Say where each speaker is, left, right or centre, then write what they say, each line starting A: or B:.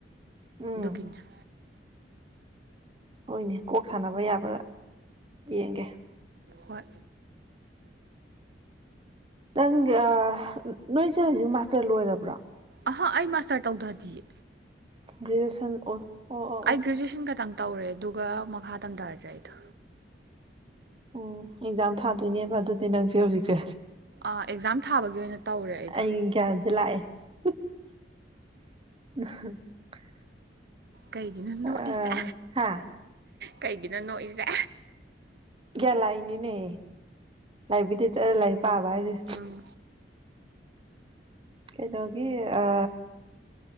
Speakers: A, on the right (about 30°); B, on the right (about 60°).
A: ꯎꯝ
B: ꯗꯨꯒꯤꯅꯤꯗ
A: ꯍꯣꯏꯅꯦ ꯀꯣꯛ ꯁꯥꯟꯅꯕ ꯌꯥꯕ꯭ꯔꯥ ꯌꯦꯡꯒꯦ
B: ꯍꯣꯏ
A: ꯅꯪꯒꯤ ꯅꯣꯏꯁꯦ ꯍꯧꯖꯤꯛ ꯃꯥꯁꯇꯔ ꯂꯣꯏꯔꯕ꯭ꯔꯣ
B: ꯑꯍꯥ ꯑꯩ ꯃꯥꯁꯇꯔ ꯇꯧꯗꯗꯤꯌꯦ
A: ꯒ꯭ꯔꯦꯖꯨꯌꯦꯁꯟ ꯑꯣ ꯑꯣ ꯑꯣ
B: ꯑꯩ
A: ꯑꯣ
B: ꯒ꯭ꯔꯦꯖꯨꯋꯦꯁꯟ ꯈꯛꯇꯪ ꯇꯧꯔꯦ ꯑꯗꯨꯒ ꯃꯈꯥ ꯇꯝꯊꯗ꯭ꯔꯦ ꯑꯩꯗꯣ
A: ꯎꯝ ꯑꯦꯛꯖꯥꯝ ꯊꯥꯗꯣꯏꯅꯦꯕ ꯑꯗꯨꯗꯤ ꯅꯪꯁꯦ ꯍꯧꯖꯤꯛꯁꯦ
B: ꯑꯦꯛꯖꯥꯝ ꯊꯥꯕꯒꯤ ꯑꯣꯏꯅ ꯇꯧꯔꯦ ꯑꯩꯗꯣ
A: ꯑꯩ ꯒ꯭ꯌꯥꯟꯁꯦ <unintelligible> <unintelligible>
B: ꯀꯩꯒꯤꯅꯣ ꯅꯣꯛꯏꯁꯦ
A: ꯑꯥ ꯍꯥ
B: ꯀꯩꯒꯤꯅꯣ ꯅꯣꯛꯏꯁꯦ
A: ꯒ꯭ꯌꯥ ꯂꯥꯛꯏꯅꯤꯅꯦ ꯂꯥꯏꯕꯤꯔꯤꯗ ꯆꯠꯂ ꯂꯥꯏꯔꯤꯛ ꯄꯥꯕ ꯍꯥꯏꯁꯦ
B: ꯎꯝ
A: ꯀꯩꯅꯣꯒꯤ ꯑ